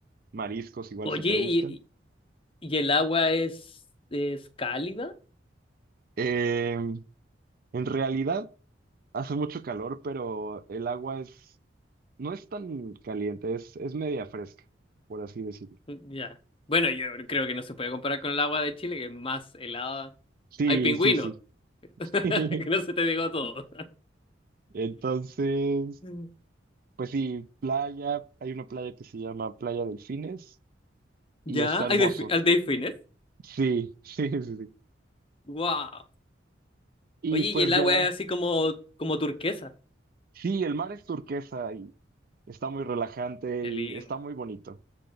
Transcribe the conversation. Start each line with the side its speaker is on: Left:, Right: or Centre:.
Right: mariscos igual
Left: Oye,
Right: si te gustan.
Left: ¿y, y el agua es, es cálida?
Right: Em, en realidad hace mucho calor, pero el agua es, no es tan caliente, es, es media fresca, por así decirlo.
Left: Mm, Ya. Bueno, yo creo que no se puede comparar con el agua de Chile, que es más helada.
Right: Sí,
Left: Hay pingüinos,
Right: sí, sí.
Left: <laughs>
Right: <laughs>
Left: que no se te digo todo.
Right: Entonces,
Left: Mm.
Right: pues sí, playa, hay una playa que se llama Playa Delfines
Left: ¿Ya?
Right: y está hermoso.
Left: ¿Hay, delfi- hay delfines?
Right: Sí, <laughs> sí, sí, sí.
Left: ¡Wow!
Right: Y
Left: Oye,
Right: pues
Left: y el
Right: ya,
Left: agua es así como, como turquesa.
Right: sí, el mar es turquesa y está muy relajante
Left: Qué
Right: y
Left: lindo.
Right: está muy bonito.